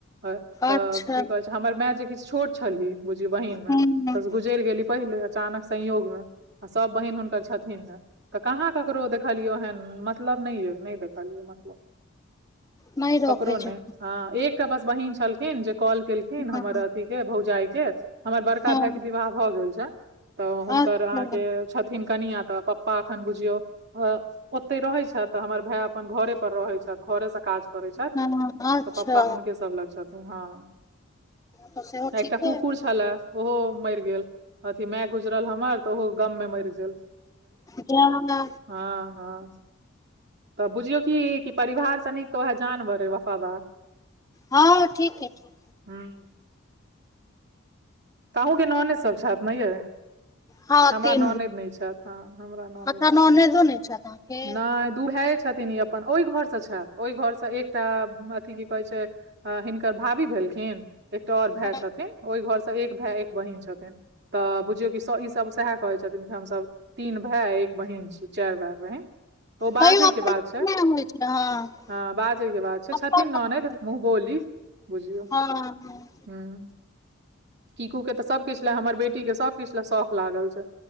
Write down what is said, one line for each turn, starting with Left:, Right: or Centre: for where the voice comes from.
Right: तऽ तऽ
Left: अच्छा
Right: की कहै छै हमर माए जे किछ छोट छली बुझियौ बहिन ओकरा
Left: हँ
Right: सऽ गुजेर गेली पहिले अचानक संयोगमे आ सब बहिन हुनकर छथिन तऽ कहाँ ककरो देखलियो हन मतलब नहि यौ नहि देखलियौ
Left: नहि
Right: ककरो
Left: रखै
Right: नहि
Left: छै
Right: हाँ एक एकटा पास बहिन छलखिन जे कॉल केलखिन
Left: हँ
Right: हमर अथीके भौजाइके हमर बड़का
Left: हँ
Right: भाइके विवाह भए गेल छै तऽ हुनकर
Left: अच्छा
Right: अहाँके छथिन कनियाँ तऽ प- -पा एखन बुझियौ ए-ओते रहै छथि तऽ हमर भाइ अपन घरे पर रहै छथि घरे से काज करै छथि
Left: हँ अच्छा
Right: तऽ पप्पा हुनके सब लग छथिन हाँ
Left: तऽ सेहो ठीके
Right: एकटा कुकुर छलाए ओहो मरि गेल अथि माए गुजरल हमर तऽ ओहो गममे मरि गेल
Left: जे हमरा
Right: हाँ हाँ तऽ बुझियौ की परिवार सऽ नीक तऽ वहाए जानवर वफादार
Left: हाँ ठीक हइ ठीक
Right: हूँ तऽ अहूँके ननैद सभ छथि ने येऽ
Left: हँ
Right: हमरा
Left: तीन
Right: ननैद
Left: गो
Right: नहि छथि हाँ हमरा ननैद
Left: एतऽ
Right: सब
Left: ननैदो
Right: नै छथि
Left: छैथ अहाँके
Right: नहि दू भाइए छथिन इ अप- अपन ओहि घर से छै ओहि घर से एकटा अथि की कहै छै अ हिनकर भाभी भेलखिन एकटा आओर भाइ
Left: हँ
Right: छथिन ओहि घर सब एक भाइ एक बहिन छथिन तऽ बुझियौ कि ई सब सहाए कहै छथिन की हमसभ तीन भाइ एक बहिन छी चारि भाइ बहिन ओ
Left: तैयो
Right: बाजेके बात छै
Left: <unintelligible>
Right: हाँ बाजैके बात छै
Left: अपन
Right: छथिन
Left: अपन
Right: ननैद मुँह बोली बुझियौ
Left: हँ
Right: हूँ कीकूके तऽ सब किछु लाए हमर बेटीके सब किछु लाए शौख लागल छै